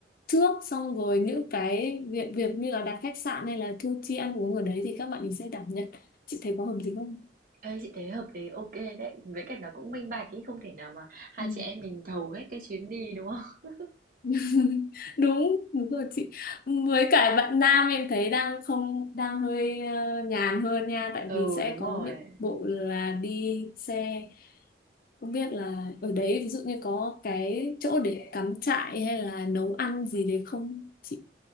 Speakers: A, on the left; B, on the right.
A: trước xong rồi những cái việc việc như là đặt khách sạn hay là thu chi ăn uống ở đấy thì các bạn mình sẽ đảm nhận. Chị thấy có hợp lý không?
B: Ê, chị thấy hợp lý, ok đấy, với cả nó cũng minh bạch ý, không thể nào mà hai
A: Ừ.
B: chị em mình thầu hết cái chuyến đi đúng không? <laughs>
A: <laughs> đúng đúng rồi chị với cả bạn nam em thấy đang không đang hơi ờ, nhàn hơn nha tại
B: Ừ,
A: vì sẽ
B: đúng
A: có
B: rồi.
A: những bộ là đi xe không biết là ở đấy ví dụ như có cái chỗ để cắm trại hay là nấu ăn gì đấy không chị